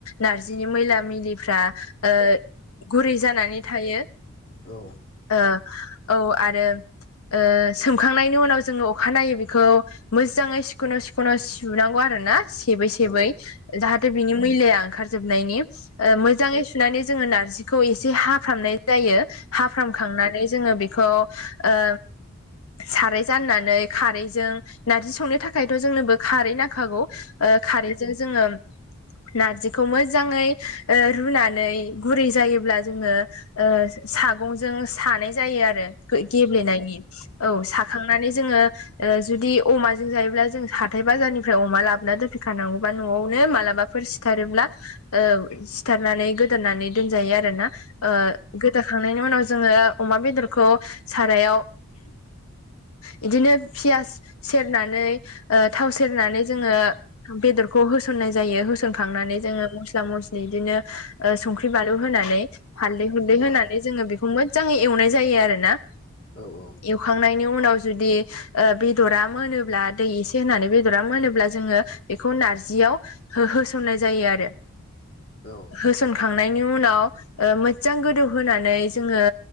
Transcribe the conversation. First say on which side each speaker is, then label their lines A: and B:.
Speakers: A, on the left; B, on the left.
A: नारजिनि मैला मैलिफ्रा ओ गुरै जानानै थायो।
B: बेखौ औ
A: ओ औ आरो ओ सोमखांनायनि उनाव जोङो अखानायनायै बेखौ मोजाङै सिखुनु सिखुनु सुनांगौ आरो ना सेबै सेबै
B: औ
A: जाहाथे बिनि मैलाया ओंखारजोबनायनि ओ मोजाङै सुनानै जोङो नारजिखौ एसे हाफ्रामनाय जायो। हाफ्रामखांनानै जोङो बेखौ ओ साराय जाननानै खारैजों नारजि संनो थाखायथ' जोंनोबो खारै नांखागौ। ओ खारैजों जोङो नारजिखौ मोजाङै ओ रुना नै गुरै जायोब्ला जोङो ओ सागंजों सानाय जायो आरो। गै गेब्लेनायनि औ साखांनानै जोङो ओ जुदि अमाजों जायोब्ला जों हाथाय बाजारनिफ्राय अमा लाबोना दोनफैखानांगौबा न'आवनो मालाबा फोर सिथारोब्ला ओ सिथारनानै गोदोननानै दोनजायो आरोना। ओ गोदाखांनायनि उनाव जोङो अमा बेदरखौ सारायाव बिदिनो पियास सेरनानै ओ थाव सेरनानै जोङो बेदरखौ होसननाय जायो। होसनखांनानै जोङो मस्ला मस बिदिनो ओ संख्रि बानलु होनानै हालदै हुलदै
B: औ
A: होनानै
B: औ
A: जोङो बेखौ मोजाङै एवनाय जायो आरो ना।
B: औ औ।
A: एवखांनायनि उनाव जुदि ओ बेदरा मोनोब्ला दै एसे होनानै बेदरा मोनोब्ला जोङो बेखौ नारजियाव हो होसननाय जायो आरो।
B: औ।
A: होसनखांनायनि उनाव ओ मोजां गोदौहोनानै जोङो